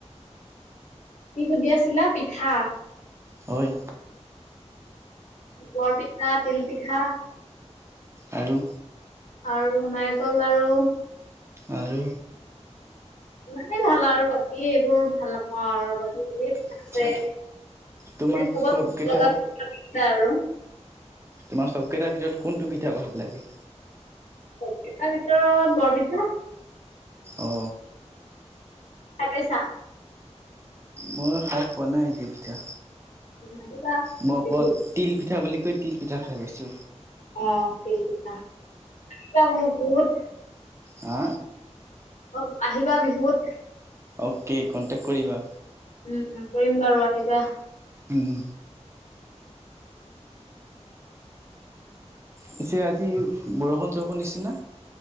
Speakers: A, on the left; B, on the right.
A: কি সুধি আছিলা, পিঠা?
B: হয়।
A: বৰপিঠা তিল পিঠা
B: আৰু
A: আৰু নাৰিকল লাৰু
B: আৰু
A: ইমানেই ভাল আৰু বাকী এইবোৰ ভাল নহয় আৰু বাকী ধেই পিঠা
B: আচ্ছা
A: আছে তুমি
B: তোমাক
A: চবত
B: চবকেইটা
A: লগা <unintelligible> পিঠা আৰু
B: তোমাৰ চবকেটাৰ ভিতৰত কোনটো পিঠা ভাল লাগে।
A: পিঠাৰ ভিতৰত বৰপিঠা
B: অ
A: খাই পইছা
B: মই খাই পোৱা নাই এইটো পিঠা
A: আহিবা
B: মই অকল
A: বিহুত
B: তিল পিঠা বুলি কৈ তিল পিঠা খাই পাইছো
A: অ তিল পিঠা, পিঠা বোলে বহুত
B: হা
A: অ আহিবা বিহুত
B: অ'কে কণ্টেক্ট কৰিবা।
A: উম কৰিম বাৰু আহিবা।
B: উম পছে আজি বৰষুণ চৰষুণ দিচেনা।